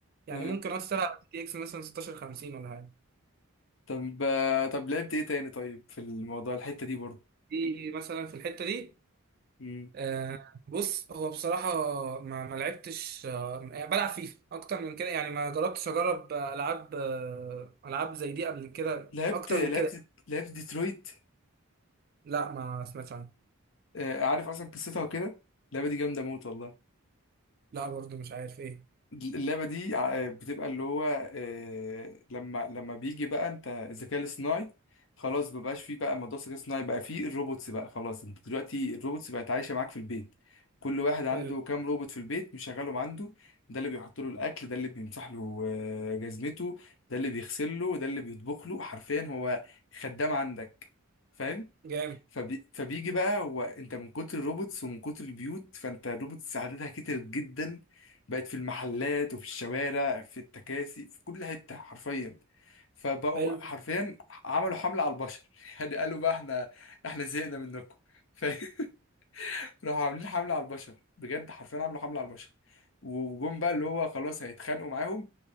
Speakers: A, on the right; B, on the left.
A: يعني
B: أيوة.
A: ممكن اشتغل على جي تي اكس مثلا 1650 ولا حاجه
B: طب طب لعبت ايه تاني طيب في الموضوع الحتة دي برضه
A: دي مثلا في الحته دي
B: مم.
A: آه بص هو بصراحه ما, ما لعبتش آه يعني بلعب فيفا اكتر من كده يعني ما جربتش اجرب العاب آه العاب زي دي قبل كده
B: لعبت
A: اكتر
B: لعبت
A: من كده
B: لعبت ديترويت
A: لا ما سمعتش عنها
B: آه، عارف اصلا قصتها وكده اللعبة دي جامدة موت والله
A: لا برضو مش عارف ايه
B: اللعبة دي ع- بتبقى اللي هو آه، لما لما بيجي بقى انت الذكاء الاصطناعي خلاص مبقاش فيه بقى موضوع الذكاء الاصطناعي بقى فيه الروبوتس بقى خلاص انت دلوقتي الروبوتس بقت عايشة معاك في البيت كل واحد عنده
A: حلو
B: كام روبوت في البيت مشغلهم عنده ده اللي بيحط له الاكل ده اللي بيمسح له آه، جزمته ده اللي بيغسل له ده اللي بيطبخ له حرفيا هو خدام عندك فاهم
A: جامد
B: فبي... فبيجي بقى هو انت من كتر الروبوتس ومن كتر البيوت فانت الروبوتس عددها كتر جدا بقت في المحلات وفي الشوارع في التكاسي في كل حتة حرفيا فبقوا
A: حلو
B: حرفيا عملوا حملة على البشر <laughs> يعني قالوا بقى احنا احنا زهقنا منكم ف- <laughs> راحوا عاملين حملة على البشر بجد حرفيا عملوا حملة على البشر وجم بقى اللي هو خلاص هيتخانقوا معاهم